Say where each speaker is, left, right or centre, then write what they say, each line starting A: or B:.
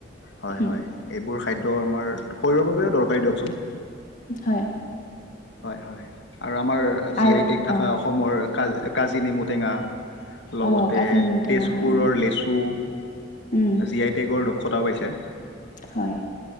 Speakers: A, on the left; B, on the left.
A: হয়,
B: উম,
A: হয় এইবোৰ খাদ্য আমাৰ শৰীৰৰ বাবেও দৰকাৰী দিয়কচোন।
B: হয়।
A: হয়, হয় আৰু আমাৰ
B: আৰু
A: জি আই টেগ থাকা
B: অ',
A: অসমৰ কাজ, কাজি নেমু টেঙা লগতে
B: অ', কাজি নেমু টেঙা
A: তেজপুৰৰ
B: হয়, উম,
A: লেচু
B: উম।
A: ডি আই টেগৰ দক্ষতাও পাইছে।
B: হয়।